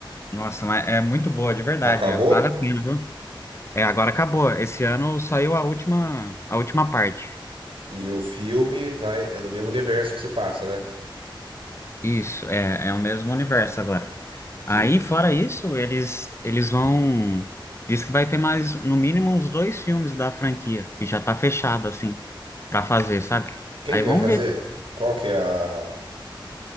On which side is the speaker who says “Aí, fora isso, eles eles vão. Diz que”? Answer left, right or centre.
Left